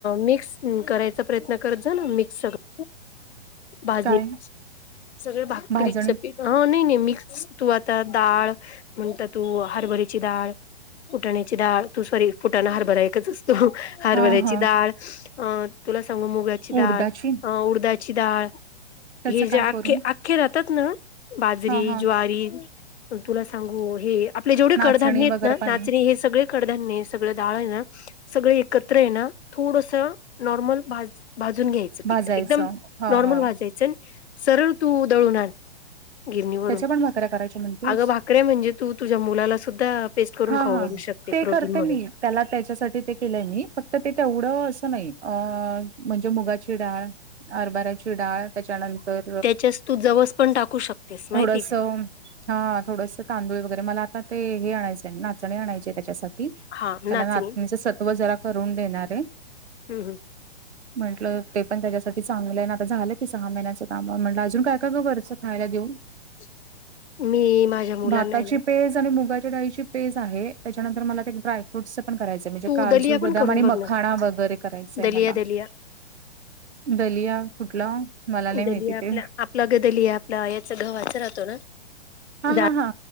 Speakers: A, on the left (about 80°); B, on the right (about 85°).
A: मिक्स ह करायचा प्रयत्न करत जा ना मिक्स सग भाजणी
B: काय
A: सगळे भाकरीच
B: भाजणी
A: पी ह नाही नाही मिक्स तू आता डाळ म्हणत तू हरबरी डाळ फुटण्याची डाळ तू शरी फुटाण हरभरायकच असतो हरवऱ्याची
B: हा हा
A: डाळ अ तुला सांगू मुगा डाळ
B: उडदाची
A: अ उडदाची डाळ
B: त्याचं
A: हे जे
B: काय
A: आखखे
B: करू?
A: आख्खे राहतात ना बाजरी
B: हा हा
A: ज्वारी तुला सांगू हे आप जे
B: नाचणी
A: कडधान्येत
B: वगैरे
A: ना
B: पण
A: नाचणी हे सगळे कडधान्य हे सगळं डाळ ना सगळे एकत्र ये ना थोडस नॉर्मल भाज भाजून घ्यायच.
B: भाजायचं
A: ठ एकदम
B: हा
A: नॉर्मल
B: हा
A: भाजायचं आणि सरळ तू दळून आण गिरणीवरून
B: त्याच्या पण भाकऱ्या करायच्या म्हणतेस?
A: अगं भाकड्या म्हणजे तू तुझ्या मुलाला सुद्धा. पेस्ट करून
B: हा
A: खाऊ
B: हा
A: घऊ शकते
B: ते
A: प्रोटीन
B: करते
A: म्हणून
B: मी त्याला त्याच्यासाठी ते केलंय मी फक्त ते तेवढं असं नाही अ म्हणजे मुगाची डाळ अरबाऱ्याची डाळ त्याच्यानंतर
A: त्याच्याच तू जवस पण टाकू शकतेस माहितीये
B: थोडस
A: का?
B: हा थोडसं तांदूळ वगैरे मला आता ते हे आणायचंय नाचणे आणायची आहे त्याच्यासाठी त्याला
A: हां नाचणी
B: नातणीच सत्व जरा करून देणार आहे
A: हं, हं.
B: म्हटलं ते पण त्याच्यासाठी चांगलं ना आता झालं की सहा महिन्याच कामा म्हटलं अजून काय का गं वरचं खायला देऊन.
A: <inaudible> मी माझ्या मुलांना
B: भाताची
A: आहे ना
B: पेज आणि मुगाच्या डाळीची. पेज आहे त्याच्यानंतर मला ते ड्रायफ्रूट पण करायचं म्हणजे
A: तू
B: काजू
A: दलिया
B: बदाम
A: पण करून
B: आणि
A: बघ
B: मखाणा
A: ना.
B: वगैरे करायचा आहे
A: दलिया,
B: मला.
A: दलिया.
B: दलिया कुठला मला नाही
A: दली
B: माहिती
A: आपल्या
B: ते
A: आपलं ग दली आहे आपला याच गव्हाच राहतो ना.
B: हा हा
A: जा
B: हा